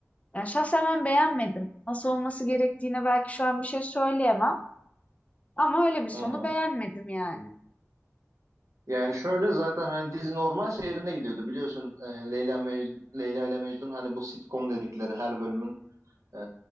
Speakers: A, on the left; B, on the right.
A: Yani şahsen ben beğenmedim. Nasıl olması gerektiğine belki şu an bir şey söyleyemem. Ama öyle bir sonu
B: Hı hı.
A: beğenmedim yani.
B: Yani şöyle zaten hani dizi normal seyrinde gidiyordu biliyorsun e, Leyla Mecnun, Leyla ile Mecnun hani bu sitcom dedikleri her bölümün e,